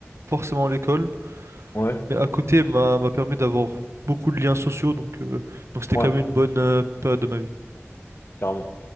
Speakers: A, on the right; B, on the left.
A: forcément à l'école,
B: ouais.
A: mais à côté m'a m'a permis d'avoir beaucoup de liens sociaux, donc euh, donc c'était
B: Ouais,
A: quand
B: ouais,
A: même une bonne euh, période de ma vie.
B: carrément.